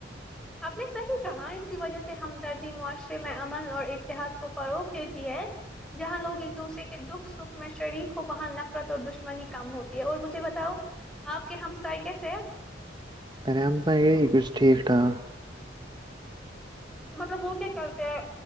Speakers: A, in the centre; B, on the right.
A: آپ نے صحیح کہا اسی وجہ سے ہم دردی معاشرے میں امن اور اتحاد کو فروغ دیتے ہے جہاں لوگ ایک دوسرے کے دکھ سکھ میں شریر وہاں نفرت اور دشمنی کم ہوتی ہے اور مجھے بتاؤ آپ کے ہمسائے کیسے ہیں
B: آرام سا یہ یہ کس ٹھیک ٹھاک
A: مطلب وہ کیا کرتے ہیں